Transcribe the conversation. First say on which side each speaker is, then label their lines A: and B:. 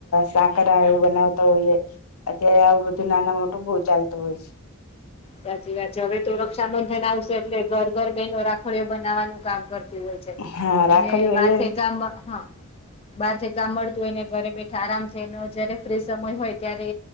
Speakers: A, on the left; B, on the left.
A: સાકર એવું બનાવતા હોઈએ અત્યારે આવું બધું નાના મોટું બહવ ચાલતું હોય છે
B: સાચી વાત છે હવે તો રક્ષા નોંધને આવશે એટલે ઘર ઘર બહેનો રાખ ખડીઓ બનાવાનું કામ કરતી હોય છે
A: હા રાખડીઓ
B: અને બા
A: એ
B: કામ હા બહાર થી કામ મળતું હોય ને ઘરે બેઠા આરામ થઈ જયારે ફ્રી સમય હોય ત્યારે